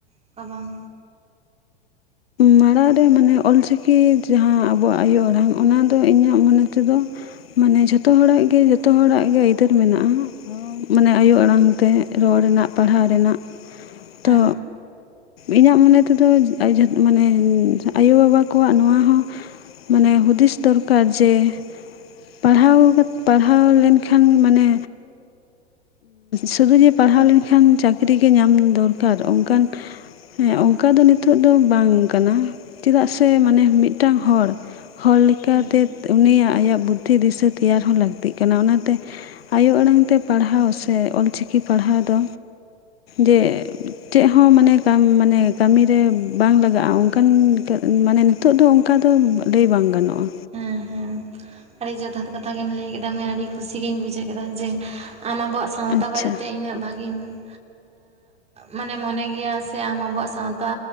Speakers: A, on the right; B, on the left.
A: ᱚᱠᱟ ᱵᱟᱝ
B: ᱢᱟᱲᱟᱝ ᱨᱮ ᱢᱟᱱᱮ ᱚᱞᱪᱤᱠᱤ ᱡᱟᱦᱟᱸ ᱟᱵᱚᱣᱟᱜ ᱟᱭᱳ ᱟᱲᱟᱝ ᱚᱱᱟ ᱫᱚ ᱤᱧᱟᱹᱜ ᱢᱚᱱᱮ ᱛᱮᱫᱚ ᱢᱟᱱᱮ ᱡᱷᱚᱛᱚ ᱦᱚᱲᱟᱜ ᱜᱮ ᱡᱷᱚᱛᱚ ᱦᱚᱲᱟᱜ ᱜᱮ ᱟᱹᱭᱫᱟᱹᱨ ᱢᱮᱱᱟᱜᱼᱟ ᱢᱟᱱᱮ ᱟᱭᱳ ᱟᱲᱟᱝ ᱛᱮ ᱨᱚᱲ ᱨᱮᱱᱟᱜ ᱯᱟᱲᱦᱟᱜ ᱨᱮᱱᱟᱜ
A: ᱦᱮᱸ
B: ᱛᱚ ᱤᱧᱟᱹᱜ ᱢᱚᱱᱮ ᱛᱮᱫᱚ ᱡᱚ ᱢᱟᱱᱮ ᱟᱭᱳᱵᱟᱵᱟ ᱠᱚᱣᱟᱜ ᱱᱚᱣᱟ ᱦᱚᱸ ᱢᱟᱱᱮ ᱦᱩᱫᱤᱥ ᱫᱚᱨᱠᱟᱨ ᱡᱮ ᱯᱟᱲᱦᱟᱣ ᱠᱟᱛᱮ ᱯᱟᱲᱦᱟᱣ ᱞᱮᱱᱠᱷᱟᱱ ᱢᱟᱱᱮ ᱥᱩᱫᱩ ᱡᱮ ᱯᱟᱲᱦᱟᱣ ᱞᱮᱱᱠᱷᱟᱱ ᱪᱟᱹᱠᱨᱤ ᱜᱮ ᱧᱟᱢ ᱫᱚᱨᱠᱟᱨ ᱚᱱᱠᱟᱱ ᱦᱮᱸ ᱚᱱᱠᱟ ᱫᱚ ᱱᱤᱛᱚᱜ ᱫᱚ ᱵᱟᱝ ᱠᱟᱱᱟ ᱪᱮᱫᱟᱜ ᱥᱮ ᱢᱟᱱᱮ ᱢᱤᱫᱴᱟᱝ ᱦᱚᱲ ᱦᱚᱲ ᱞᱮᱠᱟᱛᱮ
A: ᱦᱮᱸ
B: ᱩᱱᱤᱭᱟᱜ ᱟᱭᱟᱜ ᱵᱩᱫᱽᱫᱷᱤ ᱫᱤᱥᱟᱹ ᱛᱮᱭᱟᱨ ᱦᱚᱸ ᱞᱟᱹᱠᱛᱤᱜ ᱠᱟᱱᱟ ᱚᱱᱟᱛᱮ ᱟᱭᱳ ᱟᱲᱟᱝ ᱛᱮ ᱯᱟᱲᱦᱟᱣ ᱥᱮ ᱚᱞᱪᱤᱠᱤ ᱯᱟᱲᱦᱟᱣ ᱫᱚ ᱡᱮ ᱪᱮᱫ ᱦᱚᱸ ᱢᱟᱱᱮ ᱠᱟᱢ ᱢᱟᱱᱮ ᱠᱟᱢᱮ ᱨᱮ ᱵᱟᱝ ᱞᱟᱜᱟᱜᱼᱟ ᱚᱱᱠᱟᱱ ᱢᱟᱱᱮ ᱱᱤᱛᱚᱜ ᱫᱚ ᱚᱱᱠᱟ ᱫᱚ ᱞᱟᱹᱭ ᱵᱟᱝ ᱜᱟᱱᱚᱜᱼᱟ
A: ᱦᱮᱸ ᱦᱮᱸ ᱟᱹᱰᱤ ᱡᱚᱛᱷᱟᱛ ᱠᱟᱛᱷᱟ ᱜᱮᱢ ᱞᱟᱹᱭ ᱠᱮᱫᱟᱢ ᱢᱟᱹᱭ ᱟᱹᱰᱤ ᱠᱩᱥᱤᱜ ᱜᱮᱧ ᱵᱩᱡᱷᱟᱹᱣ ᱠᱮᱫᱟ ᱡᱮ ᱟᱢ ᱟᱵᱚᱣᱟᱜ ᱥᱟᱶᱛᱟ
B: ᱟᱪᱪᱷᱟ
A: ᱵᱟᱨᱮᱛᱮ ᱤᱱᱟᱹᱜ ᱵᱷᱟᱜᱤᱧ ᱢᱟᱱᱮ ᱢᱚᱱᱮ ᱜᱮᱭᱟ ᱥᱮ ᱟᱢ ᱟᱵᱚᱣᱟᱜ ᱥᱟᱶᱛᱟ